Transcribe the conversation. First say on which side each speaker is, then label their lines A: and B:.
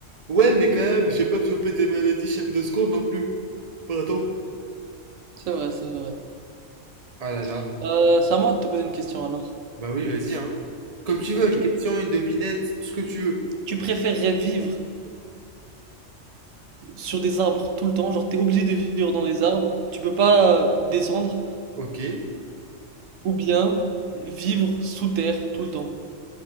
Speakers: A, on the right; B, on the right.
A: Ouais, mais quand même, j'ai pas chopé des maladies chaque deux secondes non plus. Pardon.
B: C'est vrai, c'est vrai.
A: Ah là là.
B: Euh, c'est à moi de te poser une question, alors.
A: Bah oui, vas-y, hein. Comme tu
B: Ok.
A: veux, une question, une devinette, tout ce que tu veux.
B: Tu préférerais vivre sur des arbres tout le temps, genre, t'es obligé de vivre dans des arbres, tu peux pas euh, descendre,
A: Ok.
B: ou bien vivre sous terre tout le temps.